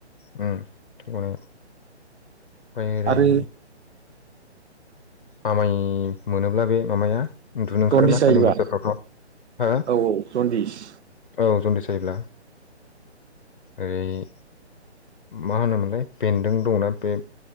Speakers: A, on the left; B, on the right.
A: <unintelligible> थै गयो ओमफाय ओरै
B: आरो
A: आमाय मोनोब्ला बे मामाया उन्दुनो ओंखारोना
B: जन्दिस जायोबा
A: सान्दुं गोसाफ्रावथ' हा
B: औ औ जन्दिस
A: औ जन्दिस जायोब्ला ओरै मा होनोमोनलाय बेन्दों दंना बे